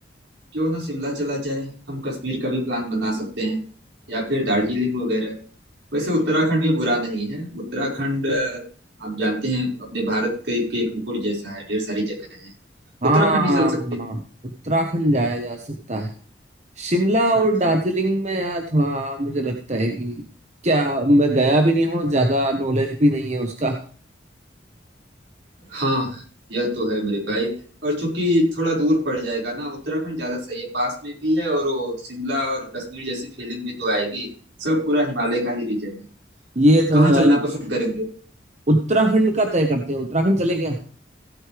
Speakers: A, on the right; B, on the right.
A: क्यों ना शिमला चला जाए हम कश्मीर का भी प्लान बना सकते हैं या फिर दार्जिलिंग वगैरह वैसे उत्तराखंड भी बुरा नहीं है उत्तराखंड अ, आप जानते हैं अपने भारत के, के एक मुकुट जैसा है ढेर सारी जगह है
B: हाँ
A: उत्तराखंड ही चल सकते हैं
B: उत्तराखंड जाया जा सकता शिमला और
A: हम्म
B: दार्जिलिंग में यार थोड़ा मुझे लगता है कि क्या मैं गया भी नहीं हूँ ज्यादा नॉलेज भी नहीं है उसका
A: हाँ यह तो है मेरे भाई और चूंकि थोड़ा दूर पड़ जाएगा ना उत्तराखंड ज्यादा सही है पास में भी है और वो शिमला और कश्मीर जैसी फीलिंग भी तो आएगी सब पूरा हिमालय का ही रीजन है
B: ये तो
A: कहाँ
B: है
A: चलना
B: भाई
A: पसंद करेंगे
B: उत्तराखंड का तय करते हैं उत्तराखंड चले क्या